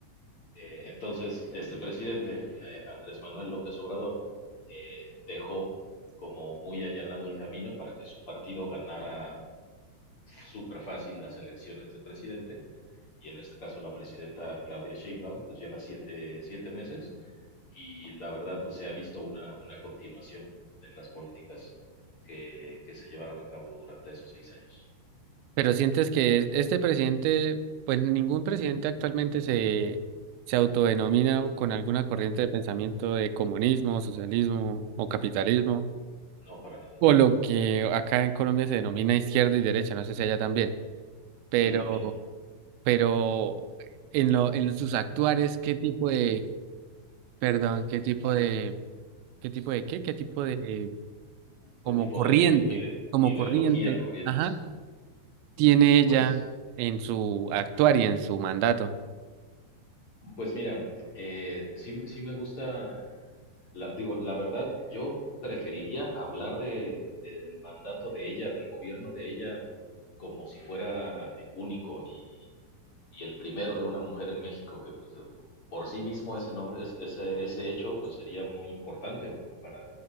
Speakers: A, on the left; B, on the right.
A: eh, entonces, este presidente, eh, Andrés Manuel López Obrador, eh, dejó como muy allanado el camino para que su partido ganara súper fácil las elecciones de presidente, y en este caso la presidenta Claudia Sheinbaum, pues lleva siete, siete meses, y la verdad, pues se ha visto una, una continuación en las políticas que, que se llevaron a cabo durante esos seis años.
B: Pero sientes que es- este presidente, pues ningún presidente actualmente se, se autodenomina con alguna corriente de pensamiento de comunismo, socialismo o capitalismo.
A: No, para nada.
B: o lo que acá en Colombia se denomina izquierda y derecha, no sé si allá también, pero,
A: Sí, también.
B: pero en lo, en sus actuares, ¿qué tipo de, perdón, qué tipo de, qué tipo de qué, qué tipo de, como
A: ¿Qué tipo
B: corriente,
A: de ide- ide-
B: como
A: ideología
B: corriente,
A: corriente?
B: ajá,
A: Sí.
B: tiene ella
A: Pues
B: en su actuar y en su mandato?
A: Pues mira, eh, sí, me sí me gusta, la, digo, la verdad, yo preferiría hablar de, del mandato de ella, del gobierno de ella, como si fuera eh, único y, y el primero de una mujer en México, que pues eh, por sí mismo ese nombre, es- ese, ese hecho, pues sería muy importante como para,